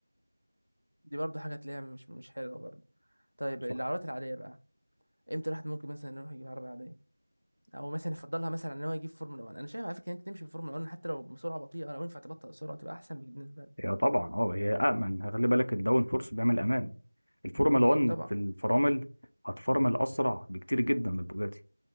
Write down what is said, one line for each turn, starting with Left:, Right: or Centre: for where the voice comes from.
Right: دي برضه حاجة تلاقيها مش مش حلوة برضه طيب العربيات
Left: صح
Right: العادية بقى إمتى الواحد ممكن مثلا يروح يجيب عربية عادية او مثلا يفضلها مثلا ان هو يجيب فورمولا 1 انا شايف على فكره ان انت تمشي في فورمولا 1 حتى لو بسرعه بطيئه لو ينفع تبطئ السرعه تبقى احسن بالنسبه لك
Left: هي طبعا أه هي أأمن خلي بالك الداون فورس بيعمل أمان الفورمولا 1
Right: طبعا
Left: في الفرامل هتفرمل أسرع بكتير جدا من البوجاتي